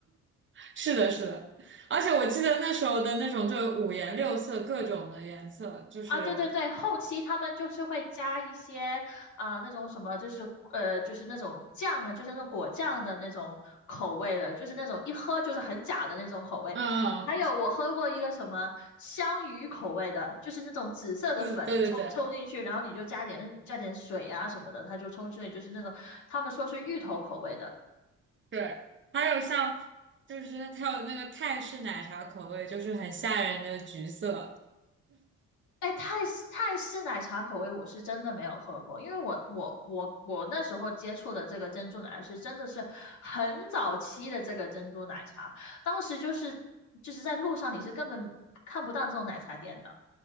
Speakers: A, on the right (about 40°); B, on the left (about 70°).
A: 是的，是的，而且我记得那时候的那种，就五颜六色，各种的颜色，就是，
B: 啊，对对对，后期他们就是会加一些，啊、呃那种什么，就是呃，就是那种酱啊，就是那种果酱的那种口味的，就是那种一喝就是很假的那种口味。
A: 嗯，
B: 还有我喝过一个什么香芋口味的，就是那种紫色的粉，
A: 嗯，对对对
B: 你冲冲进去，然后你就加点加点水啊什么的，它就冲出来，就是那种他们说是芋头口味的。
A: 对，还有像，就是它有那个泰式奶茶口味，就是很吓人的橘色，
B: 哎，泰式泰式奶茶口味我是真的没有喝过，因为我我我我那时候接触的这个珍珠奶茶是真的是很早期的这个珍珠奶茶，当时就是就是在路上你是根本看不到这种奶茶店的，